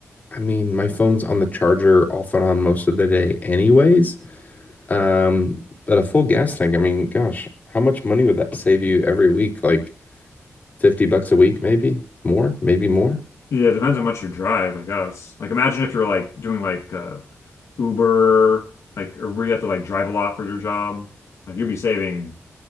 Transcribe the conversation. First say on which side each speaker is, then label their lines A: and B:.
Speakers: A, on the left; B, on the left.
A: I mean, my phone's on the charger off and on most of the day anyways. Um, but a full gas tank, I mean, gosh, how much money would that save you every week? Like 50 bucks a week, maybe more, maybe more?
B: yeah, it depends how much you drive, I guess. Like imagine if you're like doing like uh Uber, like or where you have to like drive a lot for your job. Like you'd be saving